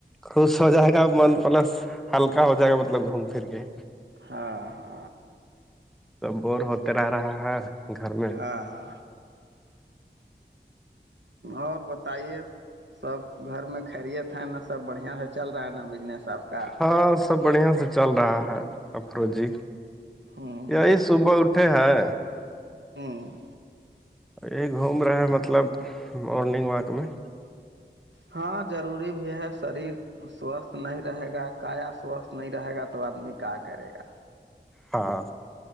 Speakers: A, in the centre; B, on the right (about 85°).
A: خوش ہو جائے گا من پلس ہلکا ہو جائے گا مطلب گھوم پھر کے
B: ہاں ہاں
A: تو بور ہوتے رہ رہا ہے گھر میں
B: ہاں اور بتائیے سب گھر میں کریے تھن نا سب بڑھیا رہ چل رہا ہے نا بزنس آپ کا
A: ہاں سب بڑھیا سے چل رہا ہے افرو جی
B: ہوں ہوں
A: یہی صبح اٹھے ہے
B: ہوں
A: یہ گھوم رہے مطلب مورننگ واک میں
B: ہاں ضروری بھی ہے شریر سوستھ نہیں رہے گا کاایا سوستھ نہیں رہے گا تو آدمی کہ کرے گا
A: ہاں